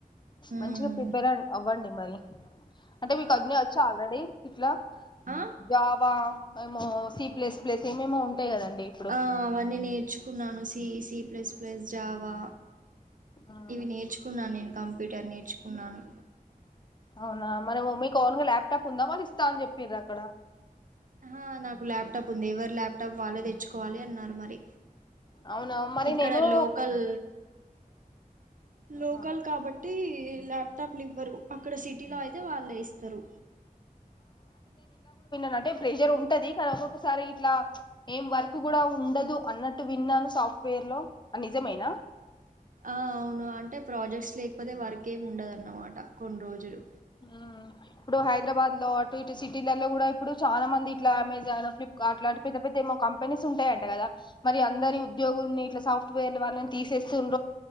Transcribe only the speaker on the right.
హ్మ్.
హా
ఆ
ఆ అవన్నీ నేర్చుకున్నాను C C plus plus Java
ఇవి నేర్చుకున్నాను నేన్ కంప్యూటర్ నేర్చుకున్నాను
ఆ హా నాకు ల్యాప్టాప్ ఉంది ఎవరి ల్యాప్టాప్ వాళ్లే తెచ్చుకోవాలి అన్నారు మరి
ఇక్కడ
లోకల్ లోకల్
కాబట్టి ఈ ఈ ల్యాప్టాప్లు ఇవ్వరు అక్కడ సిటీలో అయితే వాళ్లే ఇస్తారు
ఆ అవును అంటే ప్రాజెక్ట్స్ లేకపోతే వర్క్ ఏముండదాన్మాట కోన్ రోజులు